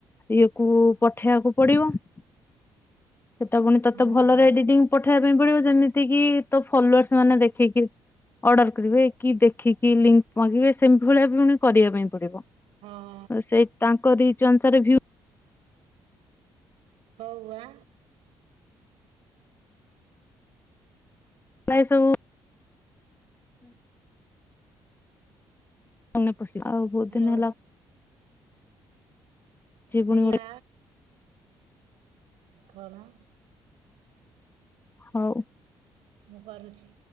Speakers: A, on the left (about 25°); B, on the right (about 70°).
A: ଇଏକୁ ପଠେଇବାକୁ ପଡ଼ିବ ସେଟା ପୁଣି ତ
B: ହଁ
A: ତ ଭଲରେ
B: ହଁ
A: ଏଡିଟିଂ ପଠେଇବା ପାଇଁ ପଡ଼ିବ ଯେମିତି କି ତ ଫଲୋର୍ସ ମାନେ ଦେଖିକି ଅର୍ଡର କରିବେ କି ଦେଖିକି ଲିଙ୍କ ମାଗିବେ ସେମ ଭଳିଆ ପୁଣି କରିବା ପାଇଁ ପଡ଼ିବ।
B: ହଁ
A: ସେଇ ତାଙ୍କ ରିଚ ଅନୁସାରେ ଭ୍ୟୁ
B: ହଉ ଆଁ
A: ନାଇଁ ସବୁ ମନେ ପଶିବା ଆଉ ବହୁତ
B: ହ୍ୟାଲୋ
A: ଦିନ ହେଲା ପୁଣି
B: ହେଲା
A: ଗୋଟେ
B: କଣ?
A: ହଉ।
B: ମୁଁ କରୁଛି।